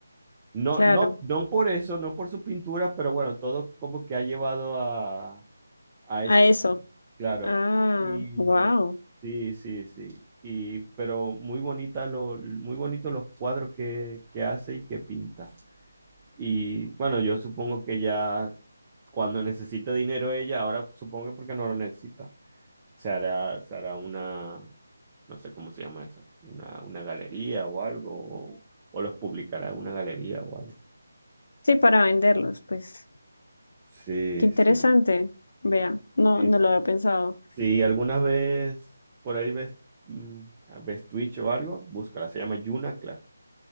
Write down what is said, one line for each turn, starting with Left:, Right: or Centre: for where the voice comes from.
Right: No,
Left: Claro,
Right: no, no por eso, no por su pintura, pero bueno, todo como que ha llevado a, a eso
Left: a eso.
Right: claro.
Left: Ah,
Right: Y
Left: wow.
Right: Sí, sí, sí. Y, pero muy bonita lo, muy bonitos los cuadros que, que hace y que pinta. Y bueno, yo supongo que ya cuando necesita dinero ella, ahora supongo que porque no lo necesita, se hará, se hará una, no sé cómo se llama eso, una, una galería o algo, o, o los publicará en una galería o algo.
Left: Sí, para venderlos, pues.
Right: sí,
Left: Qué interesante.
Right: sí.
Left: Vea, no,
Right: Sí,
Left: no lo había pensado.
Right: Si alguna vez por ahí ves, mm, ah, ves Twitch o algo, búscala, se llama Yuna Clark.